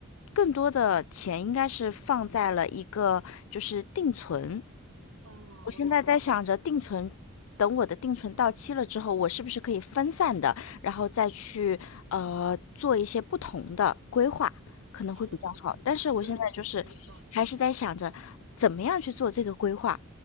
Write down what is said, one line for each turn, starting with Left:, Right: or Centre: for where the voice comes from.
Left: 更多的钱应该是放在了一个就是定存，
Right: 嗯，
Left: 我现在在想着定存，
Right: 我懂，
Left: 等我的定存到期了之后，我是不是可以分散的，然后再去呃做一些不同的规划，可能会比较好。
Right: 是的，是的，
Left: 但是我现在就是还是在想着怎么样去做这个规划，
Right: 对，你说的有道理。